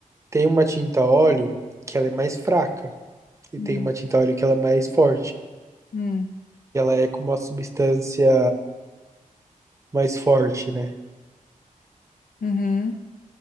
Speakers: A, on the right (about 20°); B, on the left (about 85°).
A: Tem uma tinta óleo que ela é mais fraca. E
B: Hum.
A: tem uma tinta óleo que ela é mais forte.
B: Hum.
A: E ela é com uma substância mais forte, né?
B: Uhum.